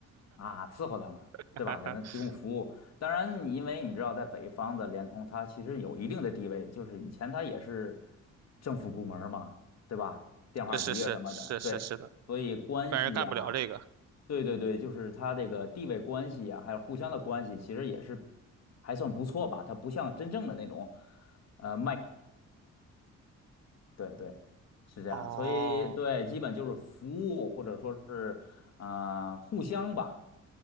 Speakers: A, on the left (about 60°); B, on the right (about 60°).
A: 啊，伺候他们，
B: <laughs>
A: 对吧？给他提供服务。当然，因为你知道，在北方的联通，它其实有一定的地位，就是以前它也是政府部门儿嘛，对吧？电话局啊什么的，
B: 是是是是是是的，
A: 对，所以关系呀、
B: 一般人干不了这个。
A: 对对对，就是它这个地位关系呀，还有互相的关系，其实也是还算不错吧。它不像真正的那种，呃，对对，是这样，
B: 哦。
A: 所以对，基本就是服务或者说是啊、呃互相吧，